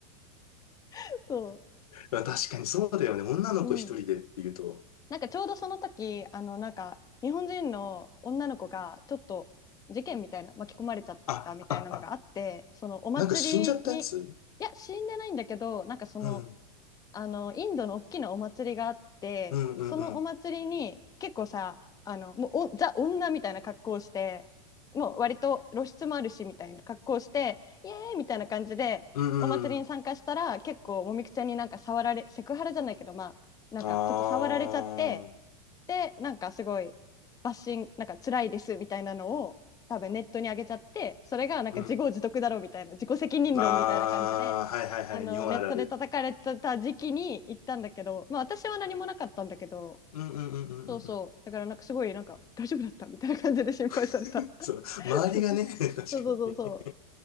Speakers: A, on the left; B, on the left.
A: <laughs> そ
B: まあ、確かにそうだよね。女の子一人でっていうと。
A: う。うん。なんかちょうどその時、あの、なんか日本人の女の子がちょっと事件みたいな、巻き込まれちゃったみたいなのがあって、
B: あ、あ、あ、
A: そのお祭りに、
B: なんか死んじゃったやつ
A: いや、死んでないんだけど、なんかその、
B: うん。
A: あのインドの大きなお祭りがあってそのお祭りに結構さあのもうおザ女みたいな格好をしてもう割と露出もあるしみたいな格好をしてイエーイみたいな感じでお祭りに参加したら結構もみくちゃんになんか触られセクハラじゃないけどまあなんかちょっと触られちゃって
B: うんうんうん。うんうん。ああ。
A: でなんかすごいバッシングなんか辛いですみたいなのを多分ネットに上げちゃってそれがなんか自業自得だろうみたいな自己責任論みたいな感じであのネットで叩かれてた時期に行ったんだけど、
B: うん。ああ、はいはいはい。日本あるある。
A: まあ、私は何もなかったんだけど
B: うんうんうんうんうんうん。
A: そうそうだからなんかすごいなんか大丈夫だったみたいな感じで心配された
B: <laughs> そう。周りがね、
A: <laughs>
B: <laughs> 確かにね。
A: そうそうそうそ